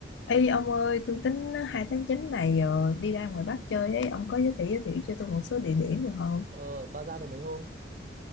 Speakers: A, on the left; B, on the right.
A: Ê ông ơi, tôi tính 2 tháng 9 này ờ, đi ra ngoài Bắc chơi ấy, ông có giới thiệu giới thiệu cho tôi một số địa điểm được không?
B: Ờ, bà ra được mấy hôm?